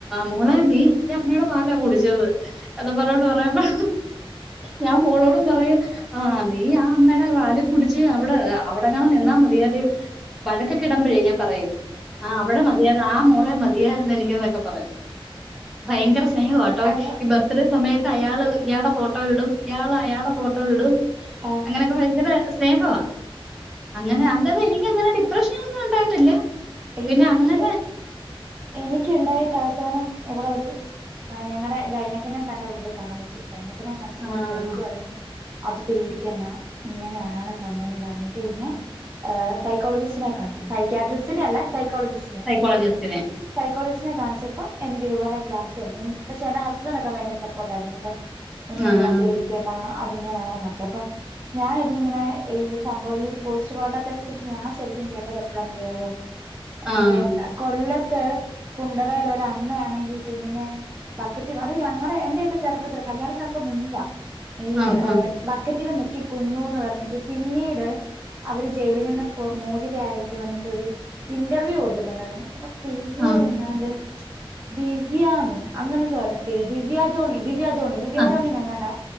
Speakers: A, in the centre; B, on the right.
A: മോള നീ എന്റമ്മയുടെ പാലാ കുടിച്ചത്. എതും പറഞ്ഞോട്ട് പറയാപ്പ ഞാൻ മോളോടും പറയാ ആഹ് നീ ആ അമ്മയുടെ പാലും കുടിച്ച് അവിടെ അവിടെ ങ്ങാൻ നിന്നാൽ മതിയാർന്ന് വഴക്കൊക്കെ ഇടുമ്പോഴേ ഞാൻ പറയും ആഹ് അവിടെ മതിയായിരുന്നു ആ മോളെ മതിയായിരുന്നു എനിക്ക് എന്നൊക്കെ പറയും. ഭയങ്കര സ്നേഹട്ടോ
B: അപ്പൊ
A: ഇബ ഒരേ സമയത്ത് അയാള് ഇയാളുടെ ഫോട്ടോ ഇടും ഇയാൾ അയാളുടെ ഫോട്ടോ ഇടും.
B: ആഹ്
A: ഭയങ്കര സ്നേഹവ അങ്ങനെ അല്ലാതെ എനി ക്കങ്ങനെ ഡിപ്രഷനൊന്നും ഉണ്ടായിട്ടില്ല പിന്നെ
B: എനിക്ക്
A: അങ്ങനെ.
B: എനിക്കുണ്ടായിട്ട് അവസാനം ഇവിടെ ഒരു ഞങ്ങളുടെ ഗൈനക്കിനെ തന്നെ കൊണ്ട് കാണിച്ചു. ഗൈനക്കിനെ കാണിച്ചപ്പം
A: ആ
B: ഗൈനക്ക് പറഞ്ഞ് അത് പേടിക്കണ്ട ഇങ്ങനെയാണ് സംഭവംന്ന് പറഞ്ഞിട്ട് പിന്നെ. സൈക്കളജിസ്റ്റിനെ കാണിച്ച് സൈക്കാട്രിസ്റ്റിനെ അല്ല സൈക്കോളജിസ്റ്റിനെ.
A: സൈക്കോളജിസ്റ്റ്.
B: സൈക്കോളജിസ്റ്റിനെ കാണിച്ചിട്ട് എനിക് ഇതുപോലെ ക്ലാസ് തന്ന് പക്ഷെ എന്റെ ഹസ്ബന്റൊക്കെ ഭയങ്കര സപ്പോർട്ടായിരുന്നു കേട്ടാ ഒന്നുമില്ലപേടിക്ക
A: ആഹ്
B: ണ്ട അത് ഇങ്ങനാണെന്നൊക്കെ അപ്പം. ഞാനതിങ്ങനെ ഈ സംഭവം ഈ പോസ്റ്റ്പാർട്ടത്തെ കുറിച്ച് ഞാൻ ശരിക്കും കേട്ടത് എപ്പോഴാന്ന റിയാവൊ നമ്മുടെ
A: ആഹ്
B: കൊല്ലത്ത് കുണ്ടറൽ ഒരമ്മയാണെങ്കി കുഞ്ഞിനെ. ബക്കറ്റും അത് ഞങ്ങളുടെ എന്റെയൊക്കെ ചെറുപ്പത്തിൽ കല്യാണത്തിനൊക്കെ മുമ്പ. ഈ
A: ആഹ് ആഹ്
B: ബക്കറ്റില് മുക്കിക്കൊന്നൂന്ന് പറഞ്ഞിട്ട് പിന്നീട്. അവര് ജയിലിൽ നിന്ന് മോചിതയായിട്ട് വന്നിട്ട് ഒരു ഇന്റർവ്യൂ കൊടുത്തിട്ടുണ്ടായിരുന്നു. പേരെങ്ങാണ്ട്
A: ആഹ്
B: ദിവ്യാന്നൊ അങ്ങനെ എന്തോ ആരുന്നു പേര് ദിവ്യാ ജോണി ദിവ്യാ ജോണി ദിവ്യാ
A: ആഹ്
B: ജോണിന്നെങ്ങാണ്ടാ